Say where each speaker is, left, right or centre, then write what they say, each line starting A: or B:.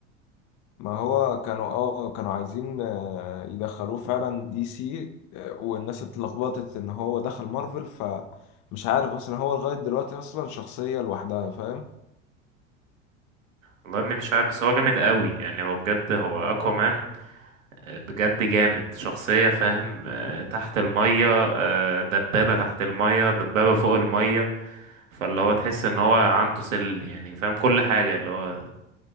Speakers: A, on the left; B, on the right.
A: ما هو كانوا اه كانوا عايزين آه، يدخلوه فعلا دي سي آه، والناس اتلخبطت ان هو دخل مارفل فمش عارف اصلا هو لغاية دلوقتي اصلا شخصية لوحدها فاهم
B: والله يا ابني مش عارف بس هو جامد أوي يعني هو بجد هو اكوامان آه، بجد جامد شخصية فاهم آه، تحت المية آه، دبابة تحت المية دبابة فوق المية فاللي هو تحس ان هو عنده سل يعني فاهم كل حاجة اللي هو